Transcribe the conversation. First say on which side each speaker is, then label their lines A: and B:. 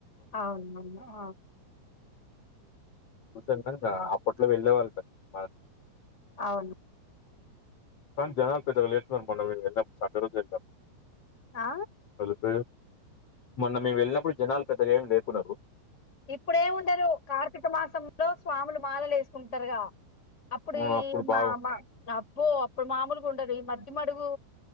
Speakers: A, on the left (about 15°); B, on the left (about 35°).
A: అవునమ్మ ఆ
B: ఉదంట ఆ అప్పట్లో వెళ్ళే వాళ్ళు అంట మద్
A: అవును
B: కాని జనాల్ పెద్దగా లేకుంటే మొన్న మేము యెళ్ళపుడు సాటడే రోజే ఏళ్లం
A: ఆ
B: ఏళ్లకపోయిర్ మొన్న మేమ్ యెళ్ళినప్పుడు జనాలు పెద్దగా ఎమ్ లేకున్నరు
A: ఇపుడేం వుండరు కార్తీక మాసంలో స్వాములు మాలల్లేసుకుంటారుగా అప్పుడు
B: ఆ!
A: ఈ మా
B: బాగు
A: మా అబ్బో అప్పుడు మామూలుగా ఉండదు ఈ మద్దిమడుగు